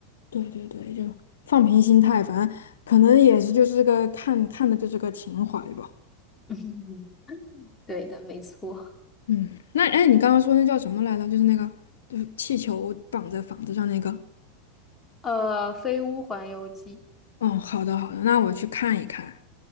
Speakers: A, on the left; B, on the left.
A: 对对对，就放平心态，反正可能也是就是个看看的就是个情怀吧。
B: <laughs> 嗯，对的，没错。
A: 嗯，那哎，你刚刚说那叫什么来着？就是那个就是气球绑在房子上那个。
B: 呃，《飞屋环游记》。
A: 哦，好的好的，那我去看一看。